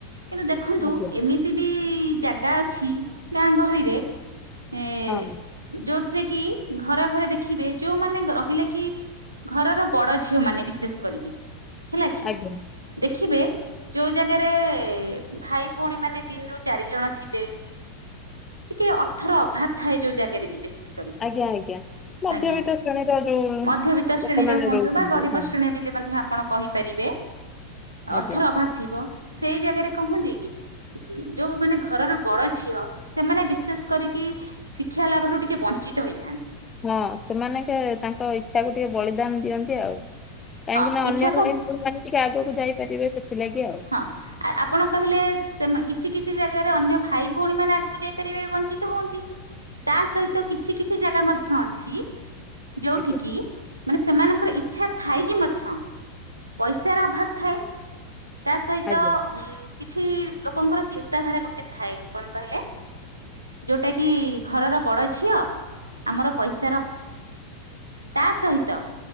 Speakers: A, on the right; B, on the left.
A: କିନ୍ତୁ ଦେଖନ୍ତୁ
B: ଆଜ୍ଞା।
A: ଏମିତି ବି ଜାଗା ଅଛି ଗାଁ ଗହଳିରେ ଏ
B: ହଁ
A: ଯୋଉଥିରେ କି ଘରେ-ଘରେ ଦେଖିବେ ଯୋଉମାନେ ରହିଲେ କି ଘରର ବଡ ଝିଅ ମାନେ ବିଶେଷ କରିକି ହେଲା କି
B: ଆଜ୍ଞା
A: ଦେଖିବେ ଯୋଉ ଜାଗାରେ ଭାଇ ଭଉଣୀ ମାନେ ତିନି ରରୁ ଚାରି ଜଣ ଥିବେ ଟିକେ ଅର୍ଥର ଅଭାବ ଥାଏ ଯୋଉ ଜାଗାରେ ବି ବେଶି <unintelligible>
B: ଆଜ୍ଞା ଆଜ୍ଞା ମଧ୍ୟବିତ୍ତ
A: ଆଜ୍ଞା
B: ଶ୍ରେଣୀର ଯୋଉ
A: ମଧ୍ୟବିତ୍ତ ଶ୍ରେଣୀରେ
B: ଲୋକମାନେ
A: ହୁଅନ୍ତୁ
B: ରହୁଛନ୍ତି
A: ବା ଗରିବ
B: ହଁ
A: ଶ୍ରେଣୀ ବି ମଧ୍ୟ ଆପଣ କହିପାରିବେ
B: ଆଜ୍ଞା।
A: ଅର୍ଥର ଅଭାବ ଥିବ ସେଇ ଜାଗାରେ କହନ୍ତି କି? ଯୋଉ ମାନେ ଘରର ବଡ ଝିଅ ସେମାନେ ବିଶେଷ କରିକି ଶିକ୍ଷା ଲାଭରୁ ଟିକେ ବଞ୍ଚିତ ହେଇଥାନ୍ତି
B: ହଁ ସେମାନେ କେ ତାଙ୍କ ଇଚ୍ଛା କ ଟିକେ ବଳିଦାନ ଦିଅନ୍ତି ଆଉ କାହିଁକି
A: ହଁ
B: ନା ଅନ୍ୟ
A: ଇଚ୍ଛାକୁ
B: ଭାଇ ଆପଣ ମାନେିକେ ଆଗକୁ ଯାଇପାରିବେ ସେ ଥିଲା କିି ଆଉ
A: ହଁ ଆ ଆପଣ କହିଲେ ସେ କିଛି କିଛି ଜାଗାରେ ଅନ୍ୟ ଭାଇ ଭଉଣୀ ମାନେ ଆଗକୁ ଯାଇପାରିବେ ବଞ୍ଚିତ ହୁଅନ୍ତି ତା ସହିତ କିଛି କିଛି ଜାଗା ମଧ୍ୟ ଅଛି ଯୋଉଠ
B: ଆଜ୍ଞା
A: କି ମାନେ ସେମାନଙ୍କର ଇଚ୍ଛା ଥାଏ କି ମଧ୍ୟ ପଇସାର ଅଭାବ ଥାଏ ତା ସହିତ
B: ଆଜ୍ଞା।
A: ଉ କିଛି ଲୋକଙ୍କର ଚିନ୍ତା ଧାରା ଗୋଟେ ଥାଏ କଣ କହିଲେ ଯୋଉଟା କି ଘରର ବଡ ଝିଅ ଆମର ପଇସା ର ତା ସହିତ